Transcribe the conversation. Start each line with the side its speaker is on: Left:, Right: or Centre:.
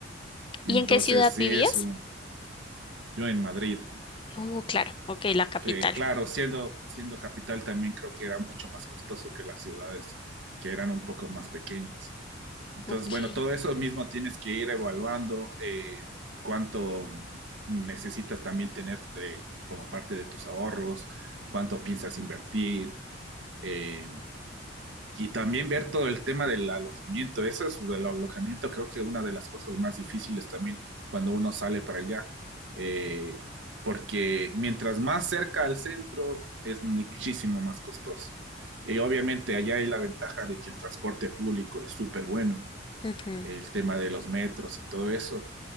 Right: Entonces,
Left: ¿Y en qué ciudad
Right: sí
Left: vivías?
Right: es un, yo en Madrid,
Left: Uh, claro, ok, la capital.
Right: que claro, siendo, siendo capital también creo que era mucho más costoso que las ciudades que eran un poco más pequeñas. Entonces,
Left: Ok.
Right: bueno, todo eso mismo tienes que ir evaluando eh, cuánto necesitas también tener de- como parte de tus ahorros, cuánto piensas invertir eh, y también ver todo el tema del alojamiento. Eso es el alojamiento, creo que una de las cosas más difíciles también cuando uno sale para allá, eh, porque mientras más cerca al centro es muchísimo más costoso. Y obviamente allá hay la ventaja de que el transporte público es súper bueno
Left: ujú,
Right: el tema de los metros y todo eso,